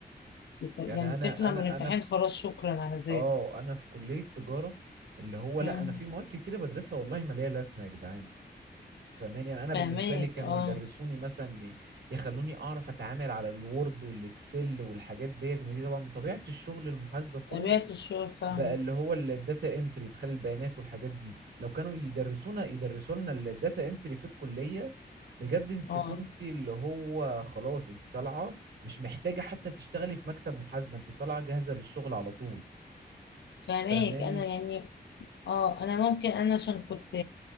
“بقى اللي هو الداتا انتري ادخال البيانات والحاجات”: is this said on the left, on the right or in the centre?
Right